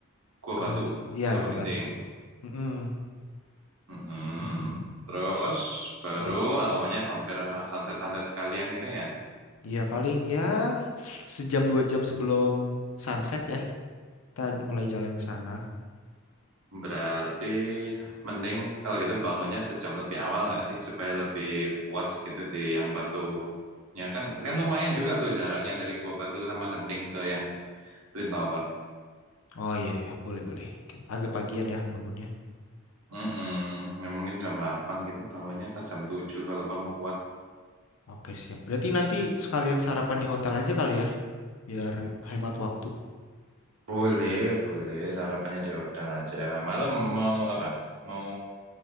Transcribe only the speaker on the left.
ke
iya
gua
Batu. Mm-mm.
Iya paling ya sejam dua jam sebelum sunset ya kita mulai jalan ke sana.
Oh iya ya, boleh boleh. Agak pagian ya bangunnya.
Oke siap. Berarti nanti sekalian sarapan di hotel aja kali ya, biar hemat waktu.